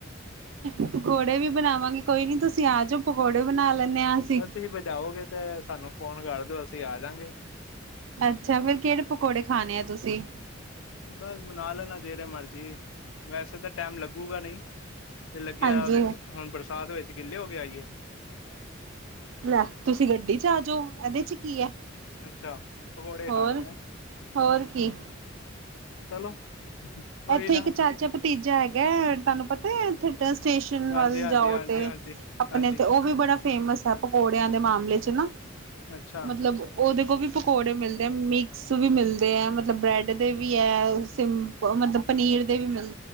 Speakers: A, on the right; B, on the left.
A: ਪਕੌੜੇ ਵੀ ਬਣਾਵਾਂਗੀ। ਕੋਈ ਨੀ ਤੁਸੀ ਆ ਜੋ, ਪਕੌੜੇ ਬਣਾ ਲੈਂਨੇ ਆਂ ਅਸੀ।
B: ਬਸ ਤੁਸੀਂ ਭਜਾਓਗੇ ਤੇ ਸਾਨੂੰ ਫੋਨ ਕਰ ਦਿਓ ਅਸੀ ਆਜਾਂਗੇ।
A: ਅੱਛਾ, ਫੇਰ ਕੇਹੜੇ ਪਕੌੜੇ ਖਾਣੇ ਏ ਤੁਸੀ?
B: ਬਸ ਬਨਾ ਲੈਣਾ ਜੇੜੇ ਮਰਜ਼ੀ। ਵੈਸੇ ਤੇ ਟੈਮ ਲੱਗੂਗਾ ਨਈ। ਤੇ ਲੱਗਿਆ,
A: ਹਾਂਜੀ
B: ਹੁਣ ਬਰਸਾਤ ਵਿੱਚ ਗਿੱਲੇ ਹੋ ਕੇ ਆਈਏ?
A: ਲੈ, ਤੁਸੀ ਗੱਡੀ'ਚ ਆਜੋ, ਐਦੇ'ਚ ਕੀ ਐ।
B: ਅੱਛਾ ਪਕੌੜੇ
A: ਹੋਰ,
B: ਖਾਣ ਹੈਂ
A: ਹੋਰ ਕੀ।
B: ਚਲੋ ਕੋਈ
A: ਐਥੇ
B: ਨਾ
A: ਇੱਕ ਚਾਚਾ ਭਤੀਜਾ ਹੈਗਾ ਐ, ਤੁਹਾਨੂੰ ਪਤਾ ਐ, ਐਥੇ ਸਟੇਸ਼ਨ
B: ਹਾਂਜੀ,
A: ਵੱਲ
B: ਹਾਂਜੀ,
A: ਜਾਓ
B: ਹਾਂਜੀ,
A: ਤੇ,
B: ਹਾਂਜੀ,
A: ਅਪਣੇ
B: ਹਾਂਜੀ
A: ਤੇ ਉਹ ਵੀ ਬੜਾ ਫੇਮਸ ਪਕੌੜਿਆਂ ਦੇ ਮਾਮਲੇ'ਚ ਨਾ।
B: ਅੱਛਾ
A: ਮਤਲਬ ਓਦੇ ਕੋਵੀ ਪਕੌੜੇ ਮਿਲਦੇ ਆ, ਮਿਕਸ ਵੀ ਮਿਲਦੇ ਐ। ਮਤਲਬ ਬ੍ਰੈਡ ਦੇਵੀ ਐ। ਸਿੰਪ ਮਤਲਬ ਪਨੀਰ ਦੇ ਵੀ ਮਿਲ